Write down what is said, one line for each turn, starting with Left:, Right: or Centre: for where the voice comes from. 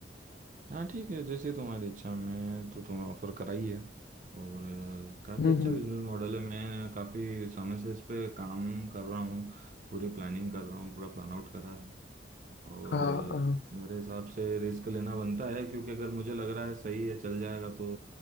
Right: हाँ ठीक है जैसे तुम्हारी इच्छा में तो तुम्हें ऑफर कराई है और काफ़ी
Left: हम्म
Right: अच्छा
Left: हम्म
Right: बिजनेस मॉडल है मैं काफ़ी समय से इस पे काम कर रहा हूँ पूरी प्लानिंग कर रहा हूँ पूरा प्लान आउट करा है और
Left: हाँ
Right: अ, मेरे हिसाब से रिस्क लेना बनता है क्योंकि अगर मुझे लग रहा है सही है चल जाएगा तो